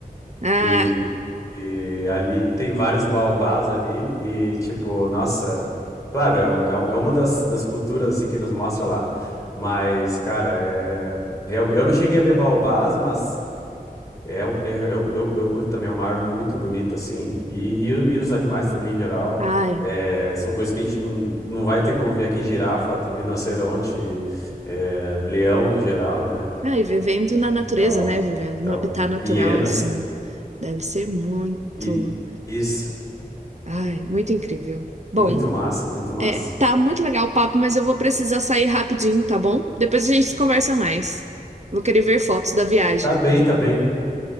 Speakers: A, on the right; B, on the left.
A: Ah,
B: E, e ali tem vários baobás ali e, tipo, nossa, claro, é, um- é, um- é uma das, das culturas assim, que nos mostra lá, mas, cara, é, realmente, eu não cheguei a ver baobás, mas é, um- é- eu, eu, eu curto também, é uma árvore muito bonita, assim, e, e, o- e os animais também em geral,
A: ai.
B: é, são coisas que a gente não, não vai ter como ver aqui, girafa, rinoceronte, é, leão em geral, né,
A: Não, e vivendo na
B: e
A: natureza,
B: tal,
A: né? Vivendo
B: então,
A: no habitat natural,
B: hienas.
A: assim. Deve ser muito.
B: I- Isso.
A: Ai, muito incrível. Bom,
B: Muito massa, muito massa.
A: é, tá muito legal o papo, mas eu vou precisar sair rapidinho, tá bom? Depois a gente conversa mais. Vou querer ver fotos da viagem.
B: Tá bem, tá bem.